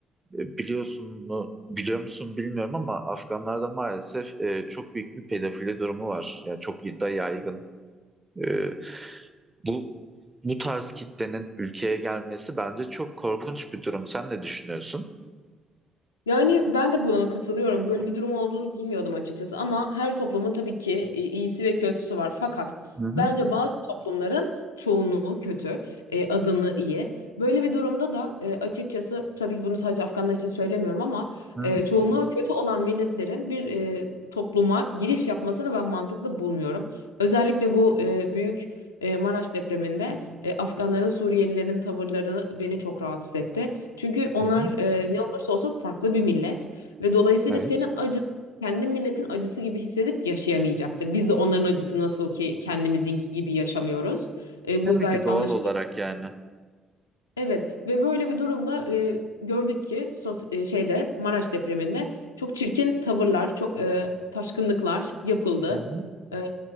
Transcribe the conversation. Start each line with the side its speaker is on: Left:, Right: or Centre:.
Right: e, Biliyorsun mu, biliyor musun bilmiyorum ama Afganlarda maalesef e, çok büyük bir pedofili durumu var. Yani çok da yaygın. E, bu bu tarz kitlenin ülkeye gelmesi bence çok korkunç bir durum. Sen ne düşünüyorsun?
Left: Yani ben de buna katılıyorum.
Right: Hı
Left: Böyle bir durum olduğunu bilmiyordum açıkçası ama her toplumun tabii ki i- iyisi ve kötüsü var. Fakat
Right: hı.
Left: bence bazı toplumların çoğunluğu kötü, e, adını iyi. Böyle bir durumda da e, açıkçası tabii ki bunu sadece Afganlar için söylemiyorum ama
Right: Hı
Left: e,
Right: hı.
Left: çoğunluğu kötü olan milletlerin bir e, topluma giriş yapmasını ben mantıklı bulmuyorum. Özellikle bu e, büyük e, Maraş depreminde e, Afganların Suriyelilerin tavırlarını beni çok rahatsız etti. Çünkü onlar
Right: Hı hı.
Left: e, ne olursa olsun farklı bir millet ve dolayısıyla
Right: Evet.
Left: senin acın kendi milletin acısı gibi hissedip yaşayamayacaktır. Biz de onların acısı nasıl ki kendimizinki gibi yaşamıyoruz. E,
Right: Tabii
Left: bu gayet
Right: ki doğal
Left: anlaşılır.
Right: olarak yani.
Left: Evet ve böyle bir durumda e, gördük ki sos e, şeyde Maraş depreminde çok çirkin tavırlar, çok e, taşkınlıklar yapıldı.
Right: Hı hı.
Left: E,